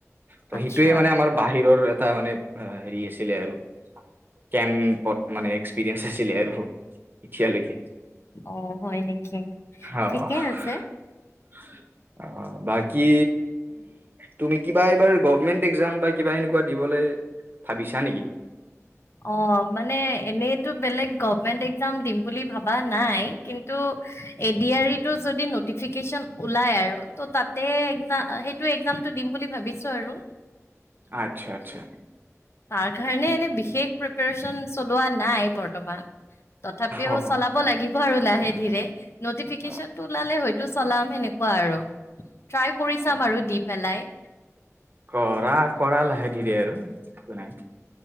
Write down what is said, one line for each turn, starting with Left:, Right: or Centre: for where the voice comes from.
Right: তোৰ
Left: আচ্ছা
Right: সেইটোৱে মানে আমাৰ বাহিৰৰ এটা মানে হেৰি আছিলে আৰু কেম্পত মানে এক্সপিৰিয়েঞ্চ আছিলে আৰু এতিয়ালৈকে।
Left: অহ' হয় নেকি,
Right: অ'।
Left: ঠিকে আছে।
Right: <inaudible> অ', বাকী তুমি কিবা এইবাৰ গভৰ্মেণ্ট এক্সাম বা কিবা এনেকুৱা দিবলে ভাবিছা নেকি?
Left: অ', মানে এনেইতো বেলেগ গভৰ্মেণ্ট এক্সাম দিম বুলি ভাবা নাই। কিন্তু এ ডি আৰ ই টো যদি ন'টিফিকেচন ওলাই আৰু ত' তাতে এক্স সেইটো এক্সামটো দিম বুলি ভাবিছো আৰু।
Right: আচ্ছা, আচ্ছা।
Left: তাৰ কাৰণে এনে বিশেষ প্ৰিপেৰেচন চলোৱা নাই বৰ্তমান। তথাপিও
Right: অ'
Left: চলাব লাগিব আৰু লাহে ধীৰে, ন'টিফিকেচনটো
Right: অ'
Left: ওলালে হয়ত তো চলাম এনেকুৱা আৰু, ট্ৰাই কৰি চাম
Right: অ',
Left: আৰু দি পেলাই।
Right: কৰা, কৰা, লাহে ধীৰে আৰু একো নাই।